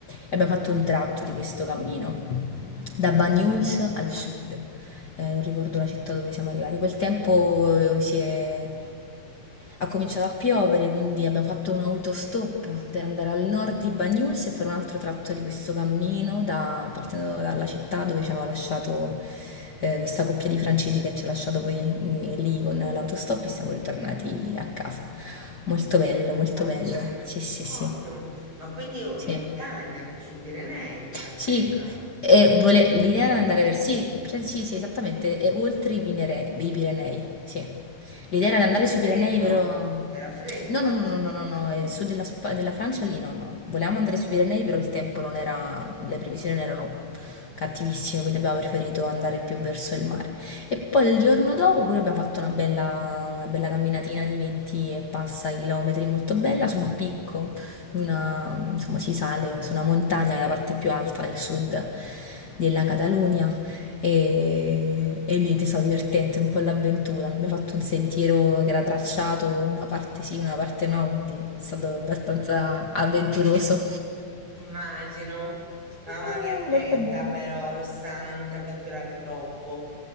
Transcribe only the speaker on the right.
Mm,
Bello.
Ok,
ottimo.
Ma quindi è in
montagna, per- sui Pirenei in pratica.
Quindi
è freddo.
Era freddo?
Mm.
Immagino. Mamma
mia, attenta
però, Rossana, non ti avventurare troppo.